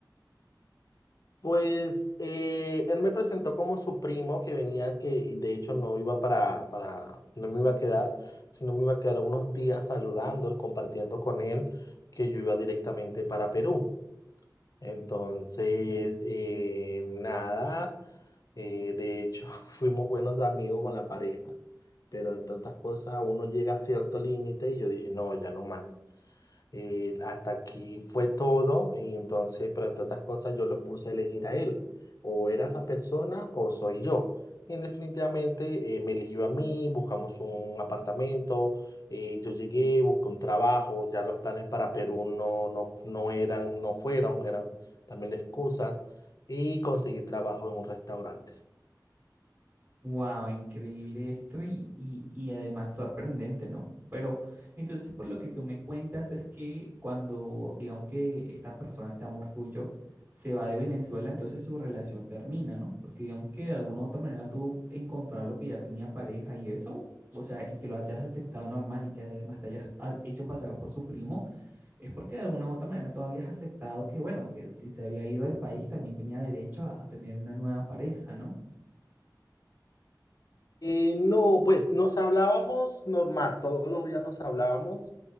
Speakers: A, on the left (about 55°); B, on the right (about 25°).
A: Pues eh, él me presentó como su primo que venía, que de hecho no iba para, para, no me iba a quedar, sino me iba a quedar unos días saludando, compartiendo con él, que yo iba directamente para Perú. Entonces, eh, nada, eh, de hecho, <laughs> fuimos buenos amigos con la pareja, pero entre otras cosas, uno llega a cierto límite y yo dije, no, ya no más. Eh, hasta aquí fue todo y entonces, pero entre otras cosas, yo lo puse a elegir a él. O era esa persona o soy yo. Y definitivamente eh, me eligió a mí, buscamos un apartamento, eh, yo llegué, busqué un trabajo, ya los planes para Perú no, no, no eran, no fueron, eran también la excusa, y conseguí trabajo en un restaurante.
B: Wow, increíble esto y, y- y además sorprendente, ¿no? Pero entonces por lo que tú me cuentas es que cuando digamos que esta persona, este amor tuyo, se va de Venezuela, entonces su relación termina, ¿no? Porque digamos que de alguna u otra manera tú encontrar lo que ya tenía pareja y eso, o sea, y que lo hayas aceptado normal y que además te hayas ha- hecho pasar por su primo, es porque de alguna u otra manera tú habías aceptado que, bueno, que si se había ido del país también tenía derecho a a tener una nueva pareja, ¿no?
A: Eh, no, pues nos hablábamos normal, todos los días nos hablábamos,